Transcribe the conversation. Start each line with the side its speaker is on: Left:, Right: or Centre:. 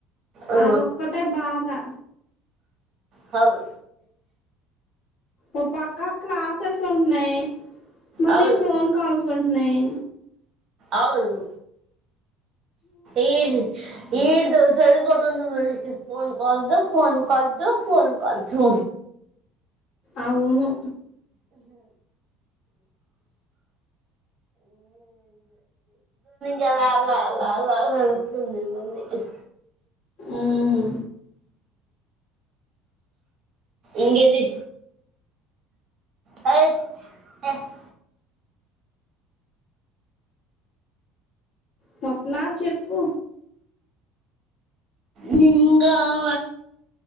Right: ఆ,
Left: అదొక్కటే బా బాద
Right: హవు
Left: అ పక్క క్లాసస్ ఉన్నాయి మళ్ళీ
Right: అవును
Left: ఫోన్ కాల్స్ ఉంటున్నాయి
Right: అవును ఈ ఈ దోసడు ప మన ఫోన్ కదు ఫోన్ కదు ఫోన్ కదు
Left: అవును
Right: కాలాలాల వెడుగుతుంది మన్న <inaudible>
Left: ఏమి
Right: ఇంగిది యై ట్
Left: సప్లా చెప్పు
Right: నింగావ